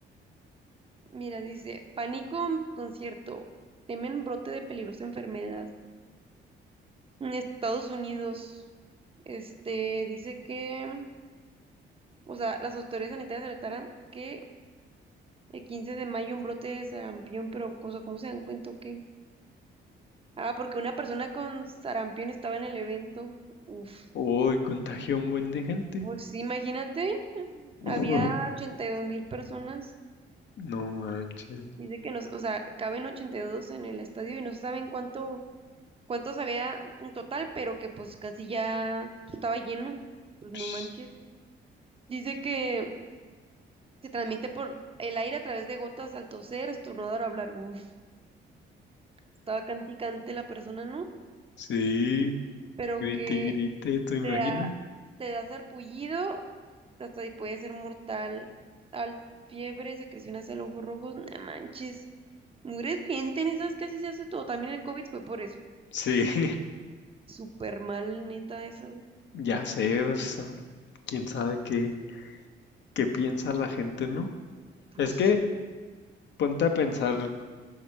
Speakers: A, on the right (about 30°); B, on the left (about 65°).
A: Mira, dice, pánico en concierto, temen brote de peligrosa enfermedad. En Estados Unidos, este, dice que, o sea, las autoridades sanitarias alertaron que El 15 de mayo un brote de sarampión, pero cosa, ¿cómo se dan cuenta o qué? Ah, porque una persona con sarampión estaba en el evento. Uf,
B: hoy contagió a un buen de gente.
A: pues sí, imagínate,
B: <laughs>
A: había ochenta y dos mil personas.
B: No manches.
A: Dice que nos, o sea, caben 82 en el estadio y no se saben cuánto, cuántos había en total, pero que pues casi ya estaba lleno. Pues
B: <laughs>
A: no manches. Dice que se transmite por el aire a través de gotas al toser, estornudar o hablar. Uf, estaba canticante la persona, ¿no?
B: Sí,
A: pero
B: grite
A: que
B: y grite, ¿te imaginas?
A: Te da, te da sarpullido, hasta ahí puede ser mortal. Al fiebre, secreción hasta los ojos rojos, no manches. Mugre gente en esas casi se hace todo. También el COVID fue por eso.
B: Sí. <laughs>
A: Súper mal, neta, eso.
B: Ya sé, o sea, quién sabe qué, qué piensa la gente, ¿no?
A: Pues
B: Es que
A: sí.
B: ponte a pensar,